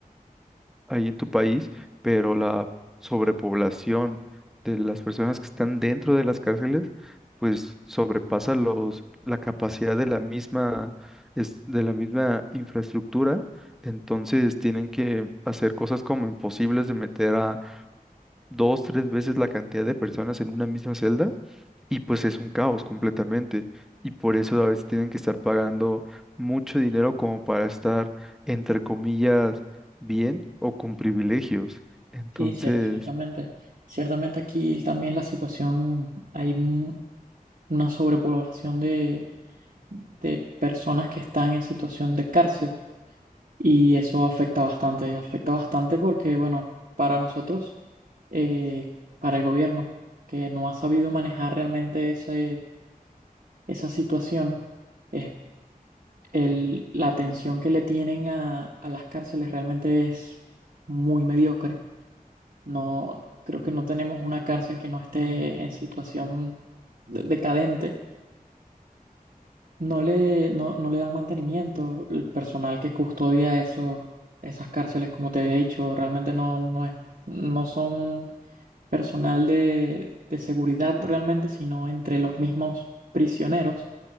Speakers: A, in the centre; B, on the right.
A: ahí en tu país, pero la sobrepoblación de las personas que están dentro de las cárceles, pues sobrepasa los, la capacidad de la misma, es, de la misma infraestructura. Entonces tienen que hacer cosas como imposibles de meter a dos, tres veces la cantidad de personas en una misma celda y pues es un caos completamente. Y por eso a veces tienen que estar pagando mucho dinero como para estar, entre comillas, bien o con privilegios. Entonces,
B: sí, cier- ciertamente. Ciertamente aquí también la situación, hay mu- una sobrepoblación de, de personas que están en situación de cárcel y eso afecta bastante. Afecta bastante porque, bueno, para nosotros, eh, para el gobierno, que no ha sabido manejar realmente ese, esa situación, es el, la atención que le tienen a, a las cárceles realmente es muy mediocre. No, creo que no tenemos una cárcel que no esté en situación de- decadente. No le, no, no le dan mantenimiento. El personal que custodia eso, esas cárceles, como te había dicho, realmente no, no es, no son personal de, de seguridad realmente, sino entre los mismos prisioneros